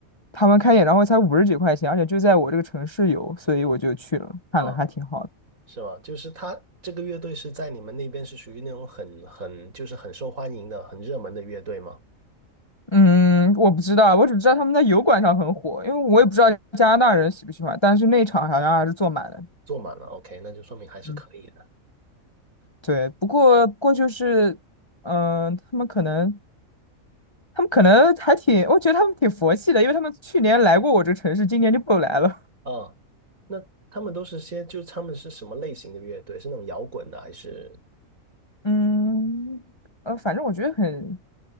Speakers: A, on the left; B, on the right.
A: 他们开演唱会才五十几块钱，而且就在我这个城市有，所以我就去了，看了还挺好的。
B: 啊，是吗？就是他这个乐队是在你们那边是属于那种很很就是很受欢迎的、很热门的乐队吗？
A: 嗯，我不知道，我只知道他们在油管上很火，因为我也不知道加拿大人喜不喜欢，
B: 啊，
A: 但是那场好像还是坐满了。
B: 坐满了，OK，那就说明还是可以的。
A: 嗯，对，不过不过就是，嗯、他们可能他们可能还挺，我觉得他们挺佛系的，因为他们去年来过我这城市，今年就不来了。
B: 啊，那他们都是些，就他们是什么类型的乐队？是那种摇滚的还是？
A: <laughs> 嗯，呃，反正我觉得很